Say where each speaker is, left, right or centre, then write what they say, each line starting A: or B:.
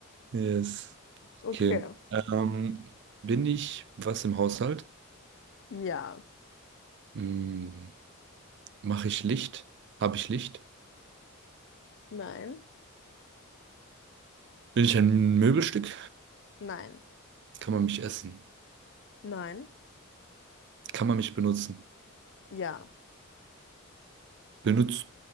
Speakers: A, on the right; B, on the left.
A: Yes.
B: Okay.
A: Okay. Ähm, bin ich was im Haushalt?
B: Ja.
A: Hm, mache ich Licht? Habe ich Licht?
B: Nein.
A: Bin ich ein Möbelstück?
B: Nein.
A: Kann man mich essen?
B: Nein.
A: Kann man mich benutzen?
B: Ja.
A: Benutzt